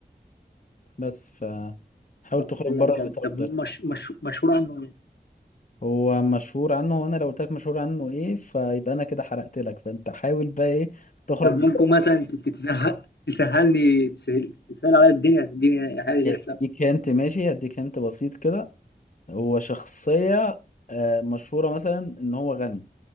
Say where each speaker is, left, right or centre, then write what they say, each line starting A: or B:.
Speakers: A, on the left; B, on the left.
A: بس ف حاول
B: شخصية
A: تخرج بره
B: بجد
A: الاطار
B: طب
A: ده
B: مش مش مشهور عنه ايه؟
A: هو مشهور عنه وانا لو قلت لك مشهور عنه ايه فيبقى انا كده حرقت لك فانت حاول بقى ايه تخرج
B: طب
A: بره
B: ممكن مثلا تت- تتسهل تسهلني تسهل تسهل عليا الدنيا تديني حاجة
A: دي-
B: كده تسهل.
A: اديك هنت ماشي هديك هنت بسيط كده هو شخصية آه، مشهورة مثلا ان هو غني